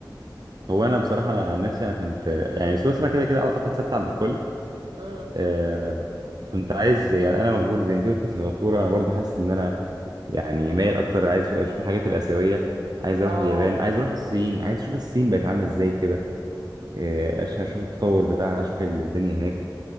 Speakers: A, on the right (about 55°); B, on the right (about 80°).
A: هو انا بصراحه انا عن نفسي انا كنت يعني سويسرا كده كده اعتقد ثابته عند الكل
B: امم
A: آه كنت عايز يعني انا مبهور زي انت قلت سنغافوره انا برضو حاسس ان انا يعني
B: اه
A: مايل اكتر عايز اشوف الحاجات الاسيويه عايز اروح
B: اه
A: اليابان عايز اروح الصين عايز اشوف الصين بقت عامله ازاي كده آه
B: الصين
A: أش- اشوف التطور
B: جامدة
A: بتاعها اشوف الدنيا هناك